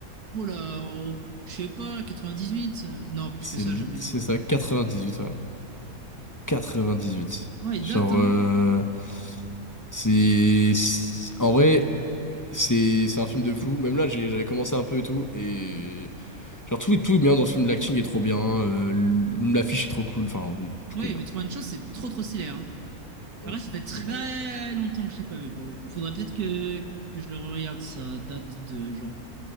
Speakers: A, on the right (about 75°); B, on the left (about 15°).
A: Bon là, en- je sais pas, 98. euh, Non, plus
B: C'est
A: que ça,
B: li-
A: j'abuse.
B: c'est ça, 98, ouais. 98.
A: Ouais, il
B: Genre,
A: date, hein.
B: euh, c'est... c'est- En vrai, c'est c'est un film de fou. Même là, j'ai- j'avais commencé un peu et tout. Et genre, tout, est- tout est bien dans ce film. L'acting est trop bien. euh, l- l'affiche est trop cool. Enfin, oui, tout
A: Oui,
B: est bien.
A: mais Truman Show, c'est trop trop stylé, hein.
B: Mm.
A: En vrai, ça fait très
B: Faut que je regarde.
A: longtemps que je l'ai pas vu pour le coup. Faudrait peut-être que, que je le regarde. Ça date de genre